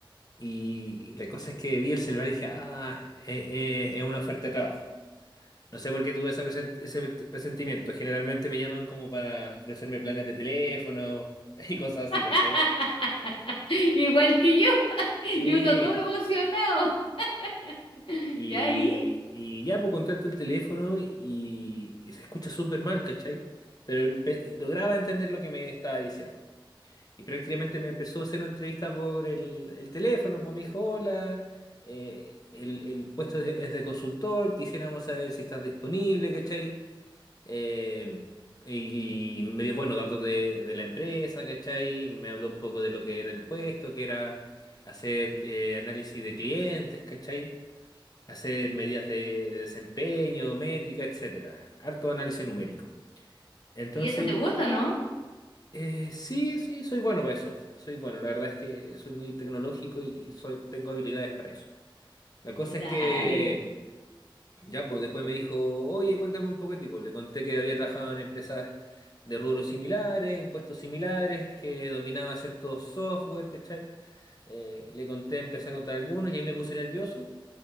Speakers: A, on the left; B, on the left.
A: Y la cosa es que vi el celular y dije, ah, eh, eh, es una oferta de trabajo. No sé por qué tuve esa presen- ese preti- presentimiento. Generalmente me llaman como para ofrecerme planes de teléfono <laughs> y cosas así,
B: <laughs>
A: ¿cachai?
B: Igual que yo, <laughs> y
A: Sí.
B: uno todo emocionado. <laughs>
A: Y,
B: ¿Ya ahí?
A: y ya, pues contacto el teléfono y, y se escucha súper mal, ¿cachai? Pero empe- lograba entender lo que me estaba diciendo. Y prácticamente me empezó a hacer una entrevista por el, el teléfono, pues me dijo, hola, eh, el, el puesto es de, es de consultor, quisiéramos saber si estás disponible, ¿cachai? Eh, y, y me dio, bueno, datos de, de la empresa, ¿cachai? Me habló un poco de lo que era el puesto, que era hacer eh, análisis de clientes, ¿cachai? Hacer medidas de, de desempeño, métrica, etcétera. Harto análisis numérico. Entonces...
B: ¿Y eso te gusta, no?
A: Eh, sí, sí, soy bueno para eso. Soy bueno. La verdad es que soy muy tecnológico y, y soy, tengo habilidades para eso. La cosa
B: Dale.
A: es que ya pues, después me dijo, oye, cuéntame un poco de tipo. Le conté que había trabajado en empresas de rubros similares, en puestos similares, que dominaba ciertos software, ¿cachai? Eh, le conté, empecé a contar algunos y ahí me puse nervioso.